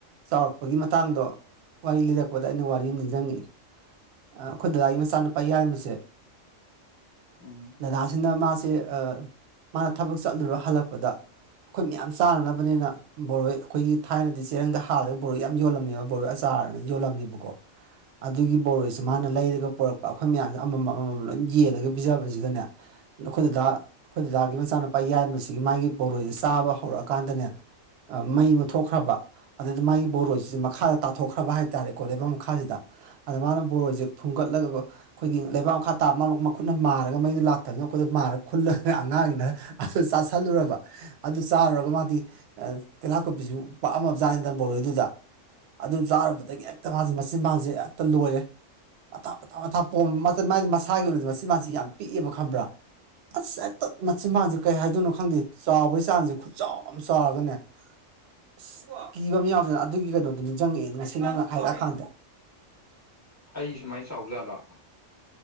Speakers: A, on the right; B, on the left.
A: ꯆꯥꯎꯔꯛꯄꯒꯤ ꯃꯇꯥꯡꯗꯣ ꯋꯥꯔꯤ ꯂꯤꯔꯛꯄꯗ ꯑꯩꯅ ꯋꯥꯔꯤ ꯑꯝ ꯅꯤꯡꯖꯪꯉꯤꯏ ꯑꯩ ꯑꯈꯣꯏ ꯗꯗꯥꯒꯤ ꯃꯆꯥꯅꯨꯄꯥ ꯌꯥꯏꯃꯁꯦ
B: ꯎꯝ
A: ꯗꯗꯥꯁꯤꯅ ꯃꯥꯁꯦ ꯑꯥ ꯃꯥꯅ ꯊꯕꯛ ꯆꯠꯂꯨꯔ ꯍꯜꯂꯛꯄꯗ ꯑꯩꯈꯣꯏ ꯃꯌꯥꯝ ꯆꯥꯅꯅꯕꯅꯤꯅ ꯕꯣꯔꯣꯏ ꯑꯩꯈꯣꯏꯒꯤ ꯊꯥꯏꯅꯗꯤ ꯆꯦꯔꯪꯗ ꯍꯥꯜꯂꯒ ꯕꯣꯔꯣꯏ ꯌꯥꯝ ꯌꯣꯜꯂꯝꯃꯦꯕ ꯕꯣꯔꯣꯏ ꯑꯆꯥꯔꯅ ꯌꯣꯜꯂꯝꯃꯦꯕꯀꯣ ꯑꯗꯨꯒꯤ ꯕꯣꯔꯣꯏꯁꯦ ꯃꯥꯅ ꯂꯩꯔꯒ ꯄꯣꯔꯛꯄ ꯑꯩꯈꯣꯏ ꯃꯌꯥꯝꯁꯦ ꯑꯃꯃꯝ ꯑꯃꯃꯝ ꯂꯣꯏ ꯌꯦꯜꯂꯒ ꯄꯤꯖꯕꯁꯤꯗꯅꯦ ꯅꯈꯣꯏ ꯗꯗꯥ ꯑꯩꯈꯣꯏ ꯗꯗꯥꯒꯤ ꯃꯆꯥꯅꯨꯄꯥ ꯌꯥꯏꯃꯁꯤꯒꯤ ꯃꯥꯒꯤ ꯕꯣꯔꯣꯏꯁꯤ ꯆꯥꯕ ꯍꯧꯔꯛꯑꯀꯥꯟꯗꯅꯦ ꯃꯩ ꯃꯨꯊꯣꯛꯈ꯭ꯔꯕ ꯑꯗꯨꯗ ꯃꯥꯒꯤ ꯕꯣꯔꯣꯁꯤ ꯃꯈꯥꯗ ꯇꯥꯊꯣꯛꯈ꯭ꯔꯕ ꯍꯥꯏꯇꯥꯔꯦꯀꯣ ꯂꯩꯕꯥꯛ ꯃꯈꯥꯁꯤꯗ ꯑꯗ ꯃꯥꯅ ꯕꯣꯔꯣꯏꯁꯦ ꯈꯨꯟꯒꯠꯂꯒ ꯑꯩꯈꯣꯏꯒꯤ ꯂꯩꯕꯥꯛ ꯃꯈꯥ ꯇꯥꯕ ꯑꯃ ꯃꯈꯨꯠꯅ ꯃꯥꯔꯒ ꯃꯩꯗ ꯂꯥꯛꯇꯅꯤꯅ ꯑꯩꯈꯣꯏꯗꯣ ꯃꯥꯔ ꯈꯨꯜꯂꯒ ꯑꯉꯥꯡꯅ ꯑꯗꯨ ꯆꯥꯥꯁꯜꯂꯨꯔꯕ ꯑꯗꯨ ꯆꯥꯔꯨꯔꯒ ꯃꯥꯗꯤ ꯇꯤꯍꯥꯀꯣꯄꯤꯁꯨ ꯄꯛꯑꯝꯕꯖꯥꯠꯅꯤꯗ ꯕꯣꯔꯣꯏꯗꯨꯗ ꯑꯗꯨ ꯆꯥꯔꯨꯕꯗꯒꯤ ꯍꯦꯛꯇ ꯃꯥꯁꯦ ꯃꯆꯤꯟ ꯕꯥꯜꯁꯦ ꯍꯦꯛꯇ ꯂꯣꯏꯔꯦ ꯃꯊ ꯃꯊꯥ ꯃꯊ ꯄꯣꯝꯕ ꯃꯥꯗꯤ ꯃꯁꯥꯒꯤ ꯑꯣꯏꯅꯗꯤ ꯃꯆꯤꯟꯕꯜꯁꯦ ꯌꯥꯝ ꯄꯤꯛꯑꯦꯕ ꯈꯪꯕ꯭ꯔꯥ ꯑꯁ ꯍꯦꯛꯇ ꯃꯆꯤꯟ ꯕꯥꯟꯁꯦ ꯀꯩ ꯍꯥꯏꯗꯣꯏꯅꯣ ꯈꯪꯗꯦ ꯆꯥꯎꯕꯒꯤ ꯆꯥꯡꯁꯤꯦ ꯈꯨꯠ ꯆꯥꯎ ꯌꯥꯝ ꯆꯥꯎꯔꯥꯒꯅꯦ ꯑꯁ ꯀꯤꯕꯝ‌ꯑꯃ‌ ꯌꯥꯎꯖꯥꯠꯅꯦ ꯑꯗꯨꯒꯤ ꯀꯩꯅꯣꯗꯨ ꯅꯤꯡꯁꯤꯡꯪꯉꯛꯑꯦ ꯉꯁꯤ ꯅꯪꯅ ꯍꯥꯏꯔꯛꯑꯀꯥꯟꯗ <unintelligible>
B: ꯑꯩꯒꯤ ꯁꯨꯃꯥꯏꯅ ꯆꯥꯎꯖꯥꯠꯂꯣ